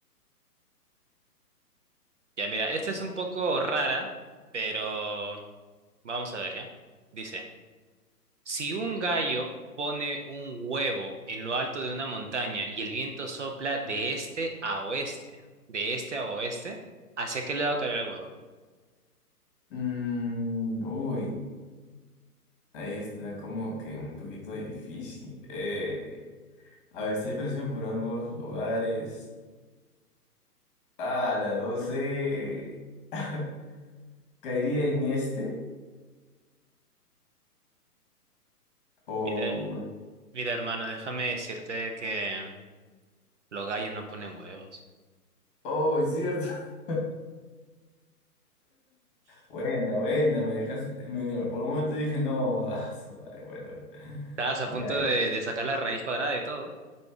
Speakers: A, on the right (about 50°); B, on the left (about 35°).
A: ya mira, esta es un poco rara, pero vamos a ver, ¿ya? Dice, si un gallo pone un huevo en lo alto de una montaña y el viento sopla de este a oeste, de este a oeste, ¿hacia qué lado caerá el huevo?
B: Mm, uy, ahí está como que un poquito difícil. Eh, a ver, si hay presión por ambos lugares. Ah, la 12. <laughs> ¿Caería en este? O...
A: Mira, mira, hermano, déjame decirte que los gallos no ponen huevos.
B: Oh, es cierto. <laughs> Buena, buena, me dejas. me- Mira, por un momento dije, no, ah, su madre, bueno, bueno.
A: Estabas a
B: Ya,
A: punto
B: ya.
A: de, de sacar la raíz cuadrada y todo.